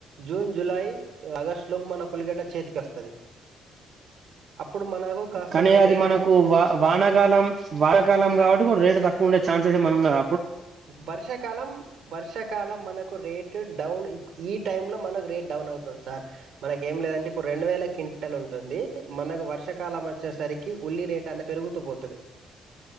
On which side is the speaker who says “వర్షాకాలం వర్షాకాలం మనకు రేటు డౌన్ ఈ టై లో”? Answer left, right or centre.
Right